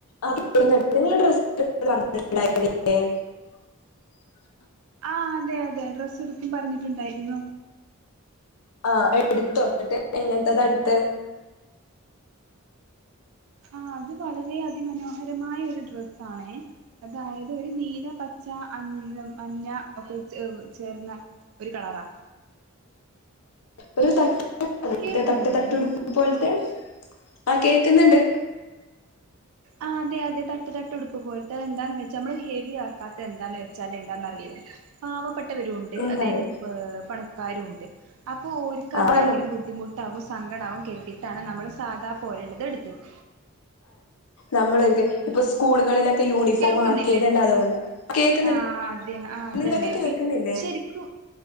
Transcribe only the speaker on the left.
ആ നിങ്ങള് ഡ്രസ്സ്ട്ത് പർഞിട്ട്ണ്ടായി <unintelligible>
ആഹ് എടുത്തു വന്നിട്ട് എങ്ങനത്തത എടുത്തെ
ഒരു ത
തട്ട് തട്ട്ടുപ്പ് പോലെ <unintelligible> ആ കേക്കുന്നുണ്ട്
എന്താ
അറിയോ
ആ
നമ്മൾൊ ഇപ്പൊ സ്കൂളുകളിലൊക്കെ യൂണിഫോം
ആക്കിയത് തന്നെ അതുകൊണ്ട കേൾക്കുന്നുണ്ട്
നിങ്ങൾക്ക് കേൾക്കുന്നില്ലേ